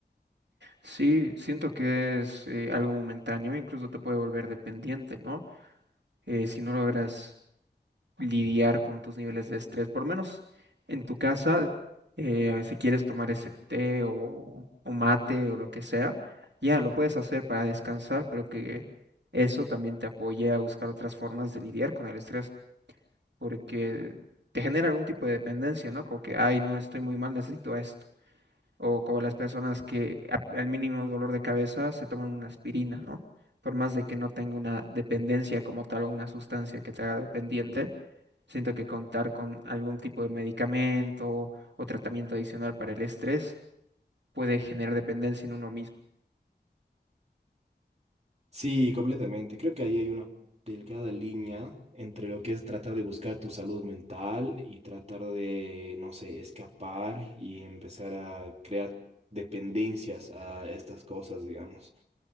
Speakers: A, on the right; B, on the right.
A: Sí, siento que es eh, algo momentáneo, incluso te puede volver dependiente, ¿no? Eh, si no logras lidiar con tus niveles de estrés, por menos en tu casa, eh, si quieres tomar ese té o, o mate o lo que sea, ya lo puedes hacer para descansar, pero que eso también te apoye a buscar otras formas de lidiar con el estrés, porque te genera algún tipo de dependencia, ¿no? Como que, ay, no, estoy muy mal, necesito esto. o como las personas que a- al mínimo dolor de cabeza se toman una aspirina, ¿no? Por más de que no tenga una dependencia como tal o una sustancia que te haga dependiente, siento que contar con algún tipo de medicamento o tratamiento adicional para el estrés puede generar dependencia en uno mismo.
B: Sí, completamente. Creo que ahí hay una delgada línea entre lo que es tratar de buscar tu salud mental y tratar de, no sé, escapar y empezar a crear dependencias a estas cosas, digamos.